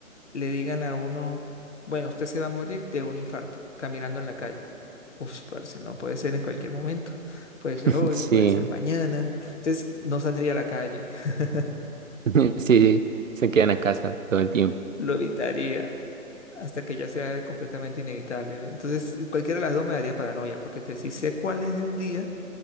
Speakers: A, on the left; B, on the right.
A: le digan a uno, bueno, usted se va a morir de un infarto caminando en la calle? Uf, parce, no puede ser en cualquier momento. Puede
B: <laughs>
A: ser hoy,
B: Sí.
A: puede ser mañana. Entonces no saldría a la calle, <laughs>
B: <laughs> Sí, sí, se quedan a casa todo el tiempo.
A: lo evitaría hasta que ya sea completamente inevitable. ¿ve? Entonces cualquiera de las dos me daría paranoia, porque te- si sé cuál es el día.